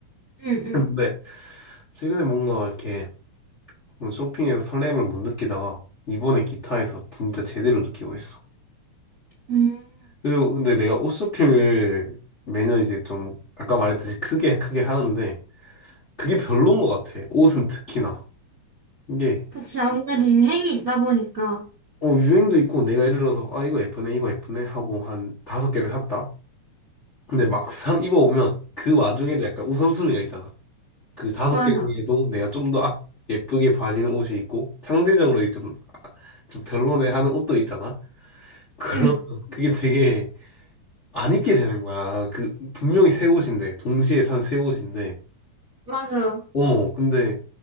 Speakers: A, on the right; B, on the left.
A: 응 응
B: 근데, 최근에 뭔가 이렇게, 오늘 쇼핑에서 설렘을 못 느끼다가 이번에 기타에서 진짜 제대로 느끼고 있어.
A: 음,
B: 그리고 근데 내가 옷 쇼핑을 매년 이제 좀 아까 말했듯이 크게 크게 하는데 그게 별론 것 같아. 옷은 특히나. 이게
A: 그치, 아무래도 유행이 있다 보니까.
B: 어, 유행도 있고 내가 예를 들어서 아 이거 예쁘네 이거 예쁘네 하고 한 다섯 개를 샀다. 근데 막상 입어보면 그 와중에도 약간 우선순위가 있잖아. 그 다섯
A: 맞아.
B: 개 중에도 내가 좀 더 아, 예쁘게 봐지는 옷이 있고 상대적으로 좀, 아, 좀 별로네 하는 옷도 있잖아. <laughs> 그런
A: 응
B: 그게 되게 안 입게 되는 거야. 그 분명히 새 옷인데 동시에 산 새 옷인데
A: 맞아.
B: 어머 근데